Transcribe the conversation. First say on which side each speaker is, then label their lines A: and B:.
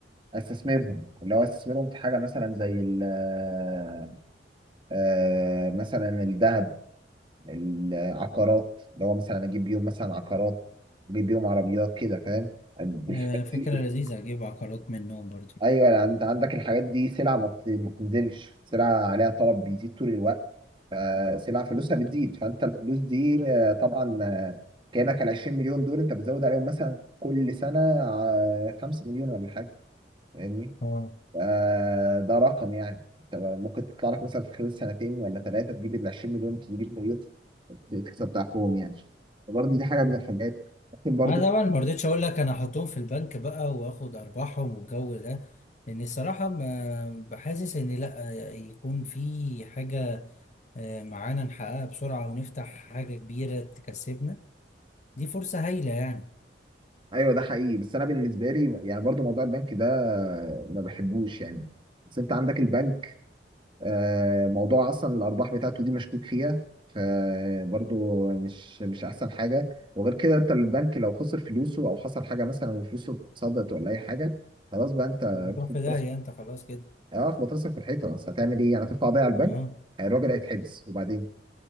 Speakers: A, on the right (about 30°); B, on the left (about 40°).
A: استثمرهم اللي هو استثمرهم في حاجه مثلا زي ال آه، آه، مثلا الذهب العقارات اللي هو مثلا اجيب بيهم مثلا عقارات اجيب بيهم عربيات كده فاهم بالحاجات
B: آه، فكرة
A: دي
B: لذيذة أجيب عقارات منهم
A: <laughs>
B: برضو
A: ايوه يعني انت عندك الحاجات دي سلعه ما بت- ما بتنزلش سلعه عليها طلب بيزيد طول الوقت فسلعه فلوسها بتزيد فانت الفلوس دي آه، طبعا آه، كانك ال 20 مليون دول انت بتزود عليهم مثلا كل سنه آه، 5 مليون ولا حاجه فاهمني
B: اه
A: آه، ده رقم يعني انت ممكن تطلع لك مثلا في خلال سنتين ولا ثلاثه تجيب ال 20 مليون تجيب زيهم تكسب ضعفهم يعني فبرضه دي حاجه من الحاجات ممكن برضه
B: أنا طبعا ما رضيتش أقول لك أنا أحطهم في البنك بقى وآخد أرباحهم والجو ده لأن الصراحة ما بحاسس إن لأ يكون في حاجة آه، معانا نحققها بسرعة ونفتح حاجة كبيرة تكسبنا دي فرصة هايلة يعني
A: ايوه ده حقيقي بس انا بالنسبه لي يعني برضه موضوع البنك ده ما بحبوش يعني بس انت عندك البنك آه، موضوع اصلا الارباح بتاعته دي مشكوك فيها فبرضه مش مش احسن حاجه وغير كده انت البنك لو خسر فلوسه او حصل حاجه مثلا وفلوسه اتصدت ولا اي حاجه خلاص بقى انت
B: هتروح
A: بتحط
B: في داهية انت خلاص كده
A: اه خبط راسك في الحيطه بس هتعمل ايه يعني هترفع بيها على البنك
B: اه
A: الراجل هيتحبس وبعدين